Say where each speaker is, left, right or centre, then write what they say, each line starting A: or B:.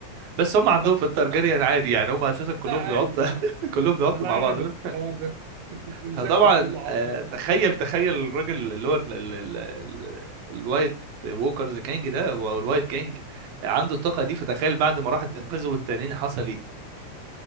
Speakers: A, on the right; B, on the right.
A: بس هم
B: اه
A: عندهم
B: <laughs>
A: في الترجريان
B: آه.
A: عادي يعني هم اساسا كلهم
B: لا عادي
A: بيقعدوا
B: اه
A: <laughs> كلهم بيقعدوا
B: انا
A: مع
B: عارف
A: بعض <laughs>
B: الحوار ده <laughs> المسلسل
A: فطبعا
B: كله عطل
A: آه، تخيل
B: كده
A: تخيل الراجل اللي هو ال- ال- ال- ال- الوايت ووكرز كينج ده او الوايت كينج عنده الطاقه دي فتخيل بعد ما راحت تنقذه والتنين حصل ايه